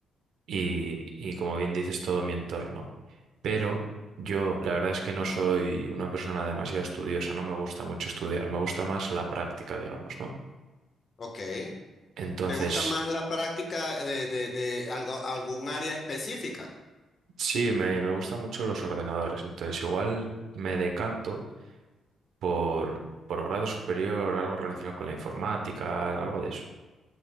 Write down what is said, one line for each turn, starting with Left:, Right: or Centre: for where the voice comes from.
Right: y, y como bien dices, todo mi entorno. Pero yo, la verdad es que no soy una persona demasiado estudiosa, no me gusta mucho estudiar, me gusta más la práctica, digamos, ¿no?
Left: ok.
Right: Entonces,
Left: ¿Te gusta más la práctica de, de, de algo, algún área específica?
Right: Sí, me, me gustan mucho los ordenadores, entonces igual me decanto por, por grado superior, algo relacionado con la informática, algo de eso.